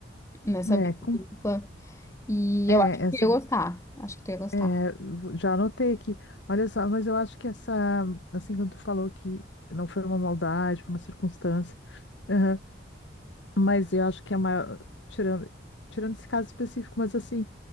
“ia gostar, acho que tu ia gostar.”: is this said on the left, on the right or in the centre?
Left